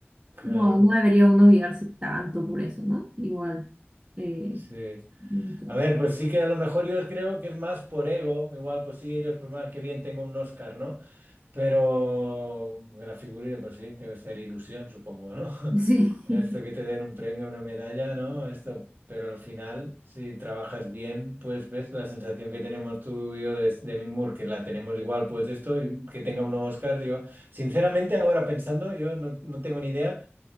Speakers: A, on the right (about 55°); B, on the right (about 30°).
A: Claro,
B: no, no debería uno guiarse tanto por eso, ¿no? Igual, eh,
A: sí.
B: no sé.
A: A ver, pues sí que a lo mejor yo creo que es más por ego, igual pues sí, ellos, pues más que bien tengo un Oscar, ¿no? Pero la figurita, pues sí, debe ser ilusión, supongo, ¿no? <laughs>
B: Sí,
A: Esto
B: <laughs>
A: que te den un premio, una medalla, ¿no? Esto, pero al final, si trabajas bien, pues ves la sensación que tenemos tú y yo de, de Demi Moore, que la tenemos igual, pues esto, y que tenga un Oscar, yo, sinceramente ahora pensando, yo no, no tengo ni idea